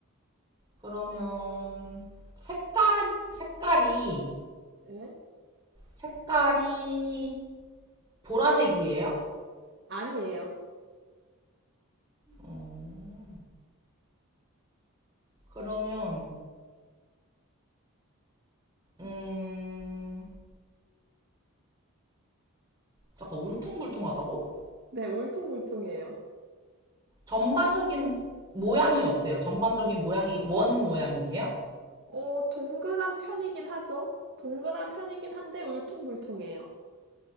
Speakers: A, on the right; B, on the right.
A: 그러면 색깔 색깔이
B: 네?
A: 색깔이 보라색이에요?
B: 아니에요.
A: 어, 그러면 음 잠깐 울퉁불퉁하다고?
B: 네, 울퉁불퉁해요.
A: 전반적인 모양이 어때요? 전반적인 모양이 원 모양이에요?
B: 어, 동그란 편이긴 하죠? 동그란 편이긴 한데 울퉁불퉁해요.